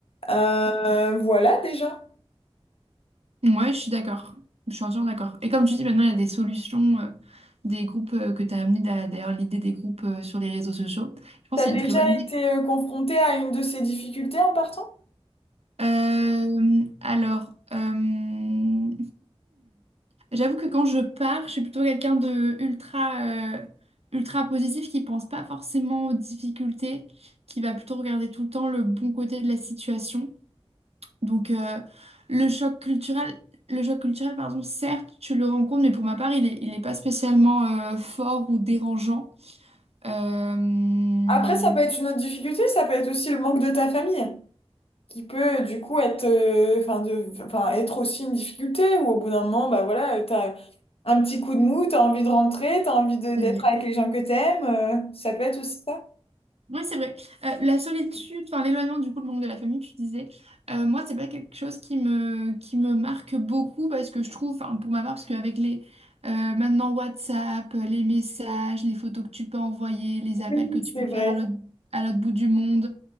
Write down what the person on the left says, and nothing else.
Euh, voilà déjà.
T'as
déjà
été
euh, confronté à une de ces difficultés en partant?
Après, ça peut être une autre difficulté, ça peut être aussi le manque de ta famille. qui peut du coup être euh, enfin de enfin être aussi une difficulté où au bout d'un moment bah voilà euh, t'as un petit coup de mou t'as envie de rentrer t'as envie de d'être
avec les gens que t'aimes euh, ça peut être aussi ça
Oui,
c'est
vrai